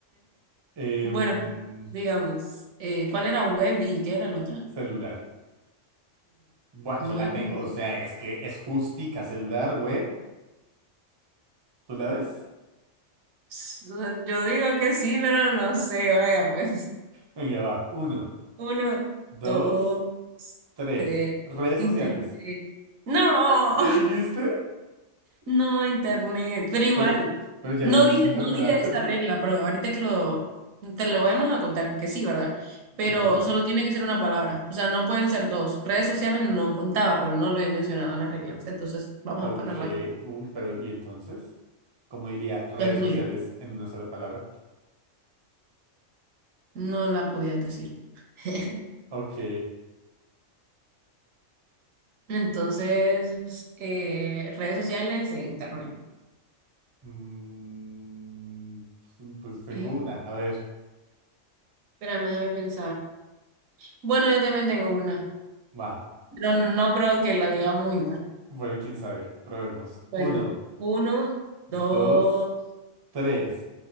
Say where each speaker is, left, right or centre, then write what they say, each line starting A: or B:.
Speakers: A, on the right; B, on the right.
A: Em,
B: Bueno, digamos, eh, ¿cuál era Webby y qué era la otra?
A: celular. Buah,
B: Ujú,
A: yo
B: Webby.
A: la tengo. O sea, es que es justica celular, web. ¿Tú la ves?
B: S- no, Yo digo que sí, pero no sé, vaya, pues.
A: Venga, va. Uno,
B: Uno,
A: dos,
B: dos,
A: tres.
B: tres,
A: Redes
B: internet.
A: sociales.
B: ¡No!
A: ¿Qué dijiste?
B: No, internet, pero igual,
A: Pero, pero ya
B: no
A: habías dicho
B: dije,
A: internet
B: no dije
A: antes,
B: esta
A: ¿no?
B: regla, pero ahorita que lo, te lo vamos a contar que sí, ¿verdad? Pero
A: Vale.
B: solo tiene que ser una palabra, o sea, no pueden ser dos. Redes sociales no contaba, pero no lo he mencionado en las reglas, entonces vamos
A: Ok.
B: a ponerla como
A: Uy, pero ¿y entonces? ¿Cómo diría redes
B: internet.
A: sociales en una sola palabra?
B: No la podía decir. <laughs>
A: Ok.
B: Entonces, eh, redes sociales e internet.
A: Mm, pues tengo
B: Eh,
A: una. A ver.
B: espérame, déjame pensar. Bueno, yo también tengo una,
A: Va.
B: pero no creo que la digamos igual.
A: Bueno, quién sabe. Probemos.
B: Bueno,
A: Uno,
B: uno,
A: dos,
B: dos.
A: tres.